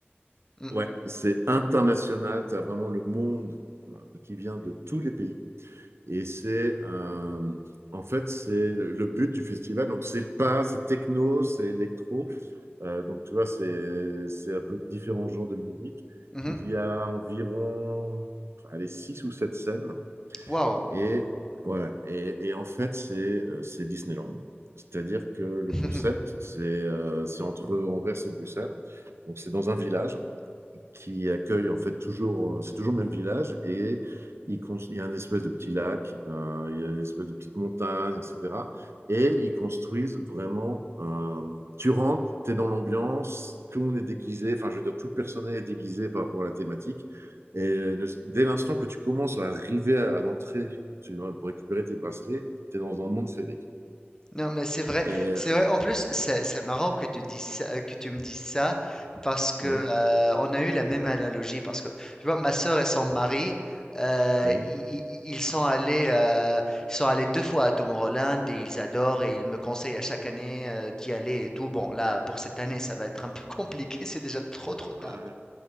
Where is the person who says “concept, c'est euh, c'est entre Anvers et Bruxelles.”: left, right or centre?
Right